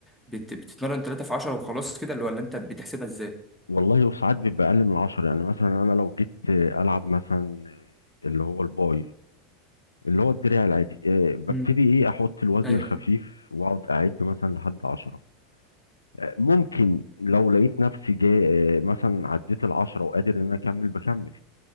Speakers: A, in the centre; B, on the left.
A: بت- بتتمرن 3 في 10 وخلاص كده اللي هو اللي انت بتحسبها ازاي
B: والله وساعات بيبقى اقل من 10 يعني مثلا انا لو جيت آه، العب مثلا آه، اللي هو الباي اللي هو الدراع العادي آه، ببتدي
A: مم.
B: ايه احط الوزن
A: ايوه
B: الخفيف واقعد اعد مثلا لحد عشرة آه، ممكن لو لقيت نفسي جاي آه، مثلا عديت العشرة وقادر ان انا اكمل بكمل